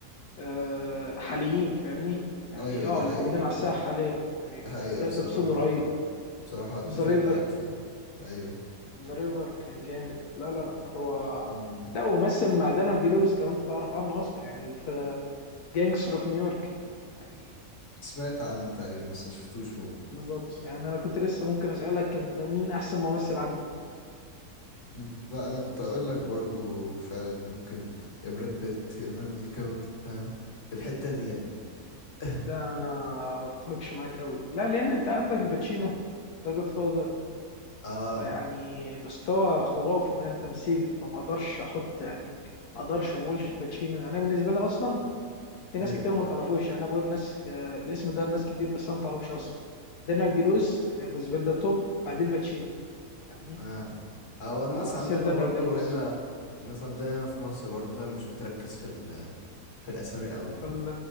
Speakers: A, on the left (about 80°); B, on the left (about 55°).
A: آه، حاليين فاهمني يعني
B: ايوه
A: اه
B: دي
A: اللي
B: حقيقة
A: موجودين على الساحه
B: دي حقيقة
A: حاليا يعني
B: دي حقيقة
A: اداء
B: بصراحة
A: تمثيله رهيب
B: انا بصراحة اتفق
A: ذا ريفر
B: معاك فيها ايوه
A: ذا ريفر كان جامد لا لا لا هو
B: مم.
A: لا ومثل مع دانيال دي لويس لو انت تعرف عنه اصلا يعني في جانجستر اوف نيويورك يعني
B: سمعت عنه تقريبا بس ما شفتوش ممكن
A: بالظبط يعني انا كنت لسه ممكن اسالك انت مين احسن ممثل عندك
B: مم. لا انا كنت اقول لك برضو فعلا إن ممكن يا براد بيت يا ليوناردو دي كابريو فاهم في الحتة دي يعني <coughs>
A: ده انا ما اتفقش معاك قوي لا لان انت عندك الباتشينو ذا جاد فاذر
B: اه
A: فيعني مستوى خرافي من التمثيل فما اقدرش احط يعني ما اقدرش ما اقولش الباتشينو يعني انا بالنسبه لي اصلا في ناس
B: ايوه
A: كتير ما تعرفوش يعني انا بقول ناس آه، الاسم ده لناس كتير بس انا ما تعرفوش اصلا دانيال دي لويس يعني بالنسبه لي ده توب بعديه الباتشينو فاهمني
B: اه او الناس
A: آه
B: عندنا
A: سير دانيال
B: برضو
A: دي لويس
B: هنا الناس عندنا هنا في مصر برضو فاهم مش بتركز في ال... في الاسامي قوي
A: فال